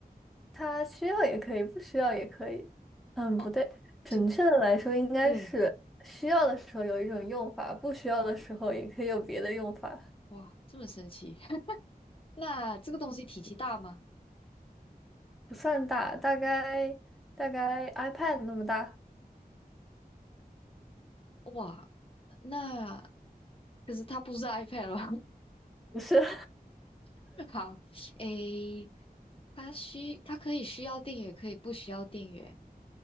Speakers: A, in the centre; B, on the left.
A: 它需要也可以，不需要也可以。嗯，
B: 哦，
A: 不对，准确的来说应该是需要的时候有一种用法，
B: 就嗯，
A: 不需要的时候也可以有别的用法。
B: 哇，这么神奇。<laughs> 那这个东西体积大吗？
A: 不算大，大概大概 iPad 那么大，
B: 哇，那可是它不是 iPad 了。
A: 不是，<laughs>
B: <laughs> 好，诶，它需它可以需要电源，也可以不需要电源。